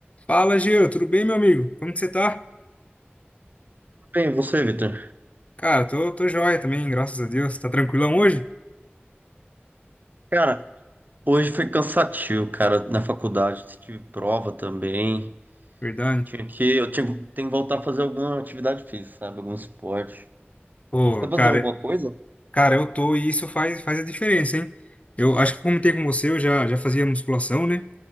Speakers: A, on the left; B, on the right.
A: Fala, Gil, tudo bem, meu amigo? Como que você tá?
B: Bem, você, Vitor?
A: Cara, tô, tô joia também, graças a Deus. Tá tranquilão hoje?
B: Cara, hoje foi cansativo, cara, na faculdade. Tive prova também.
A: Verdade.
B: Tinha que, eu tinha, tenho que voltar a fazer alguma atividade física, sabe? Algum esporte.
A: Pô,
B: Você tá fazendo
A: cara,
B: alguma coisa?
A: cara, eu tô e isso faz, faz a diferença, hein? Eu acho que eu comentei com você, eu já, já fazia musculação, né?